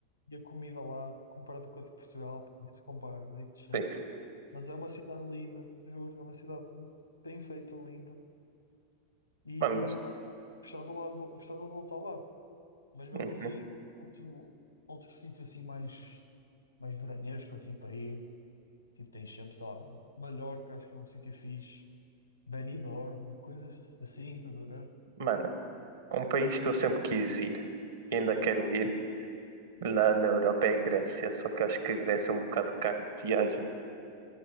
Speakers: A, on the left (about 80°); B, on the right (about 60°).
A: E a comida lá, comparado com a de Portugal, pá, nem se compara, digo-te já.
B: Sim,
A: Mas é uma cidade linda, juro, é uma cidade bem feita, linda. E
B: mano, mas,
A: ó, gostava lá, de vol- gostava de voltar lá. Mas mesmo
B: uhum.
A: assim, outro, outro sítio assim mais, mais veranesco, assim para ir. Tipo, tens sempre, sei lá, Mallorca, acho que é um sítio fixe. Benidorm, coisas assim, estás a ver?
B: Mano, um país que eu sempre quis ir e ainda quero ir na, na Europa é a Grécia, só que eu acho que a Grécia é um bocado caro de viagem,